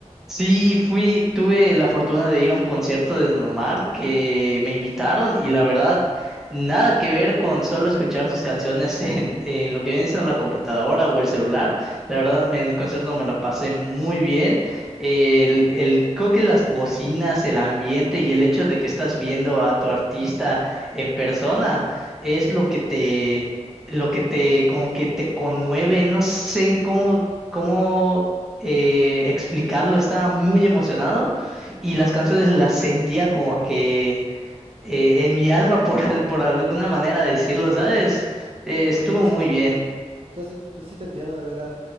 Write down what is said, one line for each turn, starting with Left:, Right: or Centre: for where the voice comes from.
Centre: Sí, fui, tuve la fortuna de ir a un concierto de Don Omar que me invitaron y la verdad, nada que ver con solo escuchar sus canciones <laughs> en, en lo que viene siendo la computadora o el celular. La verdad, me- en el concierto me la pasé muy bien. El, el, creo que las bocinas, el ambiente y el hecho de que estás viendo a tu artista en persona es lo que te, lo que te, como que te conmueve. No sé cómo, cómo eh, explicarlo, estaba muy emocionado y las canciones las sentía como que eh, en mi alma, por, al- por alguna manera decirlo, ¿sabes? Eh, estuvo
Right: Pues
Centre: muy
Right: O
Centre: bien.
Right: sea, sí, pues sí te entiendo, la verdad.